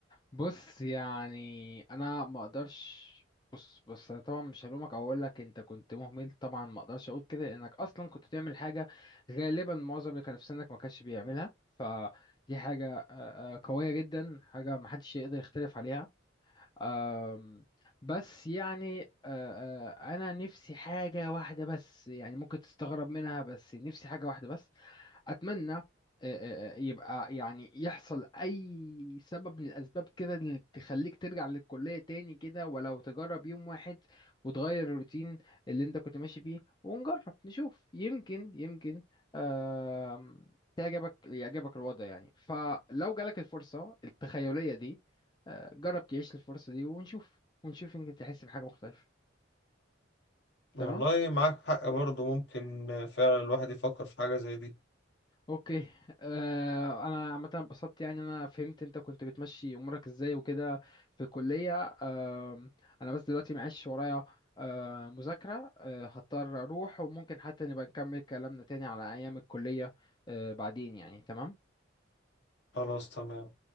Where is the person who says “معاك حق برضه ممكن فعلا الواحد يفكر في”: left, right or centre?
Left